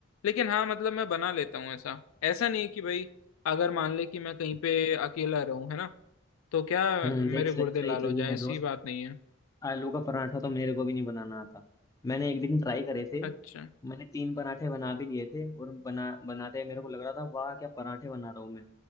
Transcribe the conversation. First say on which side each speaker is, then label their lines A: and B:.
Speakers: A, on the left; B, on the left.
A: लेकिन हाँ मतलब मैं बना लेता हूँ ऐसा ऐसा नहीं कि भाई अगर मान ले कि मैं कहीं पे अकेला रहूं है ना तो क्या
B: हम्म
A: मेरे
B: देख
A: गुर्दे
B: सच्चाई
A: लाल
B: तो
A: हो जाएं
B: ये है
A: ऐसी
B: दोस्त
A: बात नहीं है
B: आलू का पराठा तो मेरे को भी नहीं बनाना आता मैंने एक दिन ट्राई करे थे
A: अच्छा
B: मैंने तीन पराठे बना भी लिए थे और बना बनाते मेरे को लग रहा था वाह क्या पराठे बना रहा हूँ मैं